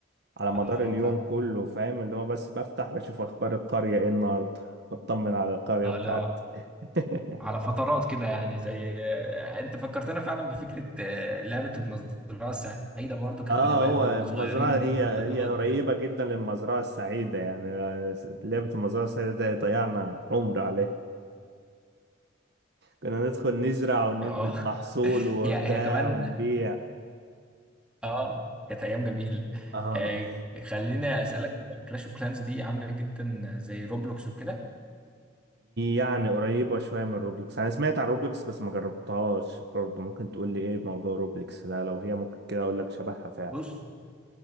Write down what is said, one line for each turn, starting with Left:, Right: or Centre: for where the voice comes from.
Right: على مدار
Centre: اه
Right: اليوم
Centre: فاهم
Right: كله فاهم اللي هو بس بفتح بشوف اخبار القرية ايه النهارده بطمن على القرية
Centre: اه
Right: بتاعتي
Centre: لا
Right: <laughs>
Centre: على فترات كده يعني زي آه، انت فكرتنا فعلا بفكره آه، لعبه المزرعه السعيده برضو كانت
Right: اه
Centre: من هواياتنا
Right: هو
Centre: واحنا صغيرين
Right: مزرعة هي
Centre: <laughs> نقعد
Right: هي قريبة جدا للمزرعة السعيدة يعني لعبة المزرعة السعيدة ده ضيعنا عمر عليه كنا ندخل نزرع ونلم
Centre: اه
Right: المحصول
Centre: <laughs>
Right: وبتاع
Centre: هي هي كمان
Right: ونبيع
Centre: اه كانت ايام جميله
Right: اه
Centre: آه، خليني اسالك كلاش اوف كلانز دي عامله جدا زي روبلوكس وكده
Right: يعني قريبة شوية من روبلوكس أنا سمعت عن روبلوكس بس ما جربتهاش برضه ممكن تقول لي إيه موضوع روبلوكس ده لو هي ممكن كده أقول لك شبهها فعلا
Centre: بص